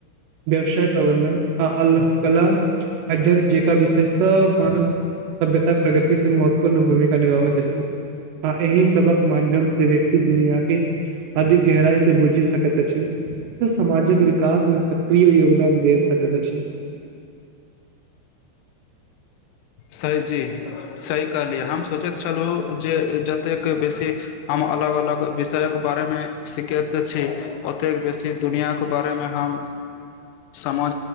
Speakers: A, on the right (about 75°); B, on the left (about 85°).
A: व्यवसाय प्रबन्धन आ अ कला अध्यन जेका विषेष स मानव सभ्यता प्रगति से महत्वपूर्ण भूमिका निभाबैत अछि आ एहि सबक माध्यम से व्यक्ति दुनिया के अधिक गहराई से बुझि सकैत अछि सामाजिक विकास मे सक्रिय योगदान दे सकैत अछि।
B: सही जी सही कहलियै हम सोचैत छलहुँ जे जतेक बेसी हम अलग अलग विषयके बारेमे सीखैत छी ओतेक बेसी दुनिआँके बारेमे हम समझ